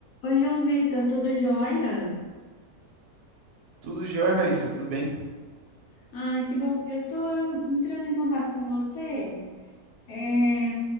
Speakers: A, on the left (about 70°); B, on the right (about 75°).
A: Oi, João Vitor, tudo jóia?
B: Tudo jóia, Raíssa, tudo bem?
A: Ai, que bom. Eu tô entrando em contato com você. É,